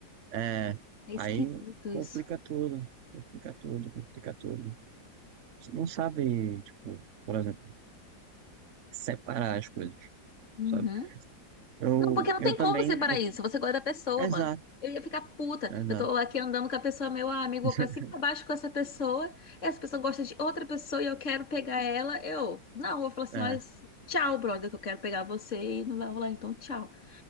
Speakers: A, on the right; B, on the left.
A: é,
B: É
A: aí
B: esquisito
A: complica
B: isso.
A: tudo, complica tudo, complica tudo. Você não sabe, tipo, por exemplo, separar as coisas,
B: Uhum.
A: sabe? Eu,
B: Não, porque não
A: eu
B: tem
A: também,
B: como separar
A: eu,
B: isso. Você gosta da pessoa,
A: exato,
B: mano. Eu ia ficar puta.
A: exato.
B: Eu tô aqui andando com a pessoa, meu amigo,
A: <laughs>
B: vou pra cima e pra baixo com essa pessoa. Essa pessoa gosta de outra pessoa e eu quero pegar ela. Eu, não, eu vou falar assim:
A: É,
B: olha, tchau, brother, que eu quero pegar você e não vai rolar, então tchau. <laughs>